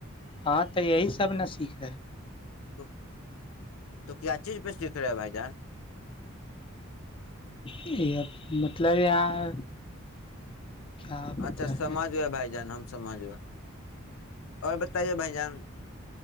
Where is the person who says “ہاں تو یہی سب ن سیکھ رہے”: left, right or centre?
Left